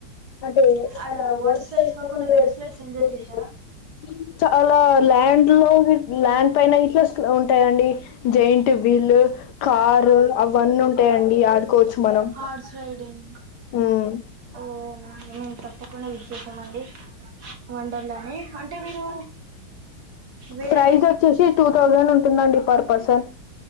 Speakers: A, on the left; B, on the right.
A: అంటే
B: ఆడ
A: అలా
B: వాటర్
A: వైజతకు
B: స్లైడ్స్ కాకుండా వేరే స్లైడ్స్ ఎంజాయ్
A: వెై
B: చేశారా
A: చేసార చాల ల్యాండ్ లో ల్యాండ్ పైన ఇట్లా ఉంటాయండి జైంట్ వీల్ కార్ అవ్వని ఉంటాయండి ఆడుకోవచ్చు మనం
B: హార్స్ రైడింగ్
A: మ్మ్
B: ఓనా మేము తప్పకుండా విశేసామండి వండన్డని అంటే మీరు వేళ
A: ప్రైజ్ వచ్చేసి టూ థౌజండ్ ఉంటుందండి పర్ పర్సన్